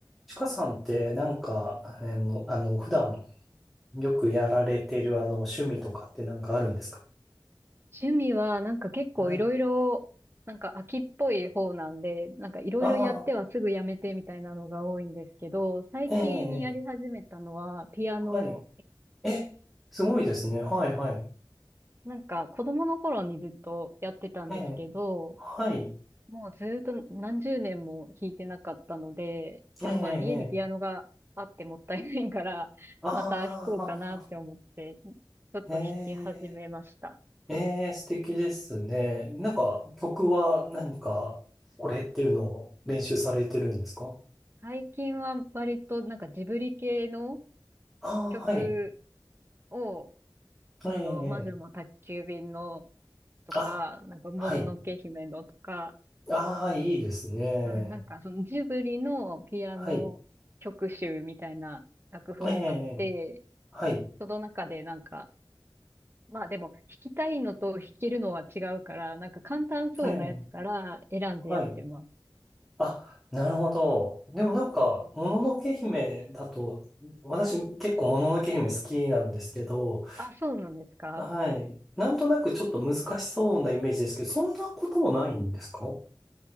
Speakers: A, in the centre; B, on the right.
A: ちかさんってなんか、あの、あの、普段よくやられてるあの、趣味とかってなんかあるんですか
B: 趣味は、なんか結構いろいろ、
A: はい。
B: なんか秋っぽい方なんで、なんかいろいろやってはすぐやめてみたいなのが多いんですけど、
A: ああ、
B: 最近やり始めたのはピアノ。
A: ええ、ええはい。え、すごいですね。はい、はい。
B: なんか子供の頃にずっとやってたんですけど、
A: ええ、はい。
B: もうずっと何十年も弾いてなかったので、
A: ええ、
B: でもまあ家にピアノがあってもったいないから、
A: ええ、ああ、
B: また弾こうかなって思って、ちょっと弾き始めました。
A: ええ、ええ、素敵ですね。なんか、曲は何か、これっていうのを練習されてるんですか
B: 最近は割となんかジブリ系の
A: ああはい。
B: 曲を、
A: ええ、
B: あの、魔女の宅急便の
A: ええ
B: とか、
A: あ、
B: なんか、もののけ姫のとか、
A: はい。ああ、いいですね。
B: うん、なんか、そのジブリのピアノ曲集みたいな楽譜を買って、
A: はい。ええ、はい、
B: その中でなんか、まあでも、弾きたいのと弾けるのは違うから、なんか簡単そうなやつから選んでやってます。
A: ええ、はい。あ、なるほど。でもなんか、
B: うん
A: もののけ姫だと、私結構もののけ姫好きなんですけど、
B: あ、そうなんですか
A: はい。なんとなくちょっと難しそうなイメージですけど、そんなこともないんですか